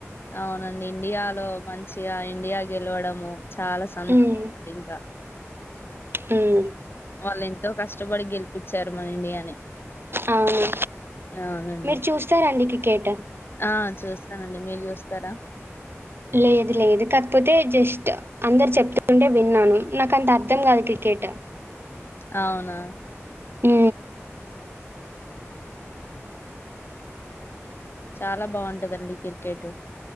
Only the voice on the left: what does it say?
అవునండి ఇండియాలో మంచిగా ఇండియా గెలవడము చాలా సంతో
ఇంకా
వాళ్లేంతో కష్ ష్టపడి గెలిపించారు మన ఇండియాని
అవునండి.
ఆ చూస్తానండి మీరు చూస్తారా
అవునా
చాలా బాగుంటదండి క్రికెట్